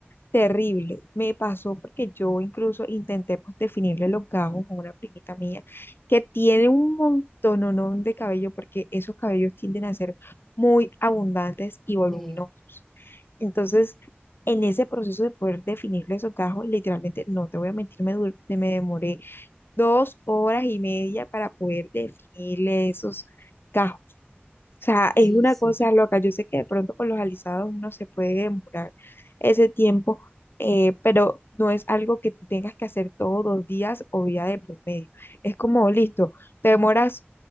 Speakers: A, on the left; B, in the centre.
A: terrible. Me pasó porque yo incluso intenté pues definirle los gajos a una primita mía que tiene un montononón de cabello porque esos cabellos tienden a ser muy abundantes y voluminosos.
B: Sí,
A: Entonces, en ese proceso de poder definirle esos gajos, literalmente, no te voy a mentir, me, dur- me demoré dos horas y media para poder definirle esos gajos sea, es
B: sí,
A: una
B: sí.
A: cosa loca. Yo sé que de pronto con los alisados uno se puede demorar ese tiempo, eh, pero no es algo que tú tengas que hacer todos los días o día de por medio. Es como, listo, te demoras